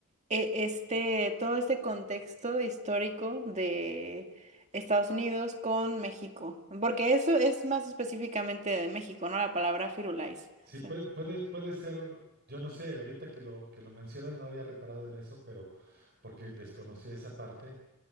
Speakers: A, on the right; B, on the right.
A: e- este, todo este contexto histórico de Estados Unidos con México, porque eso es más específicamente de México, ¿no? La palabra firulais.
B: Sí,
A: o sea.
B: puede, puede, puede ser, yo no sé, ahorita que lo, que lo mencionas no había reparado en eso, pero porque desconocía esa parte,